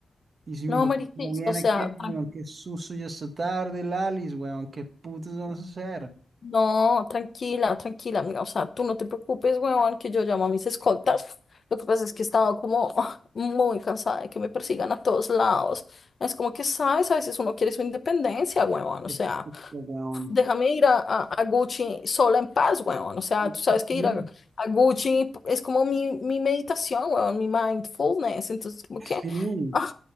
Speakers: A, on the right; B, on the left.
A: Y si mi
B: No,
A: papá
B: marica,
A: no viene,
B: o sea,
A: ¿qué? Weón,
B: tranquilo.
A: qué susto, ya está tarde, Lalis, weón. ¿Qué putas vamos a hacer?
B: No, tranquila, tranquila, amiga. O sea, tú no te preocupes, huevón, que yo llamo a mis escoltas. Lo que pasa es que he estado como <laughs> ah, muy cansada de que me persigan a todos lados. Es como que, ¿sabes? A veces uno quiere su independencia, huevón.
A: Qué
B: O sea,
A: susto, weón.
B: déjame ir a, a- a Gucci sola en paz, huevón. O sea,
A: Y
B: tú sabes
A: así,
B: que ir a, a Gucci es como mi, mi meditación, huevón, mi mindfulness. Entonces, como que,
A: Sí,
B: ah,